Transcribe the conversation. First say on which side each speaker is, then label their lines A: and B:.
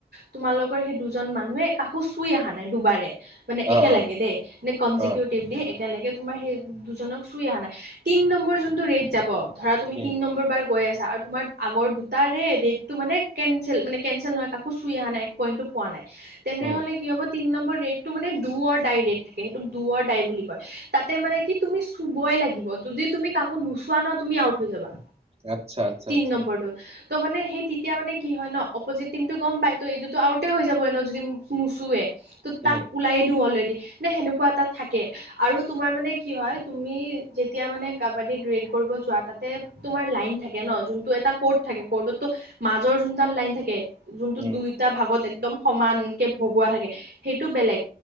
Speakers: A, on the right; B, on the right.
A: তোমালোকৰ সেই দুজন মানুহে কাকো চুই আহা নাই দুবাৰে। মানে
B: অ
A: একেলাগে
B: অ
A: কে দেই, নে কনজিকিউটিভলি
B: অ
A: একেলেগে তোমাৰ সেই দুজনক চুই অহা নাই, তিন নম্বৰ যোনটো ৰেট যাব ধৰা তুমি
B: উম
A: তিন নম্বৰ বাৰ গৈ আছা আৰু তোমাৰ আগৰ দুটাৰে ৰেটটো মানে কেনচেল, মানে কেনচেল নহয় কাকো চুই আহা নাই, এক পইণ্টটো পোৱা নাই তেনেহলে
B: উম
A: কি হ'ব তিন নম্বৰ ৰেটটো মানে দু অৰ্ দাই ই ৰেত থাকে। সেটো দু ৰ দাই বুলি কয়। তাতে মানে কি তুমি চুবই লাগিব, যদি তুমি কাকো নোচোৱা ন তুমি আউট হৈ যাবা।
B: আচ্ছা, আচ্ছা,
A: তিন
B: আচ্ছা।
A: নম্বৰটোত ত' মানে সেই তেতিয়া মানে কি হয় ন', অপজিত টিমটো গম পায়, ত' এইটোতো আউটে হৈ যাবই ন' যদি নোচোৱে। ত'
B: উম
A: তাক ওলাই দিওঁ অলৰেডি। মানে সেনেকুৱা এটা থাকে। আৰু তোমাৰ মানে কি হয়, তুমি যেতিয়া মানে কাবাডীত ৰেড কৰিব যোৱা, তাতে তোমাৰ লাইন থাকে ন? যোনটো এটা কৰ্ট থাকে, কৰ্টতো মাজৰ যোনডাল লাইন থাকে। যোনটো
B: উম
A: দুইটা ভাগত এক একদম সমানকে ভগোৱা থাকে। সেইটো বেলেগ।